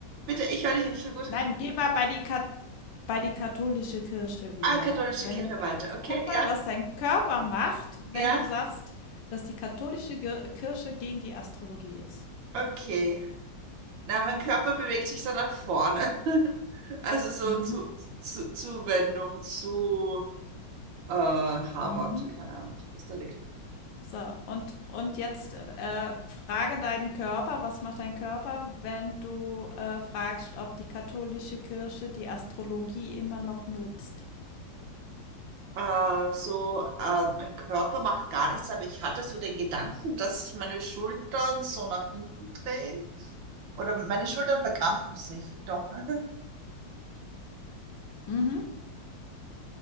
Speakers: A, on the right (about 80°); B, on the left (about 80°).
A: bitte, ich höre dich nicht so gut.
B: Nein, geh mal bei die, Kat bei die katholische Kirche wieder.
A: Ah, katholische
B: Wenn,
A: Kirche weiter, okay?
B: guck mal,
A: Ja?
B: was dein Körper macht, wenn
A: Ja?
B: du sagst, dass die katholische Ge- Kirche gegen die Astrologie ist.
A: Okay. Na, mein Körper bewegt sich dann nach vorne. <laughs> Also so
B: Mhm,
A: zu, zu Zuwendung zu äh, Habernd,
B: mhm.
A: keine Ahnung, was da liegt.
B: So, und und jetzt, äh, frage deinen Körper, was macht dein Körper, wenn du, äh, fragst, ob die katholische Kirche die Astrologie immer noch nutzt?
A: Äh, so, äh, mein Körper macht gar nichts, aber ich hatte so den Gedanken, dass sich meine Schultern so nach hinten drehen Oder meine Schultern verkrampfen sich doch. Ne?
B: Mhm,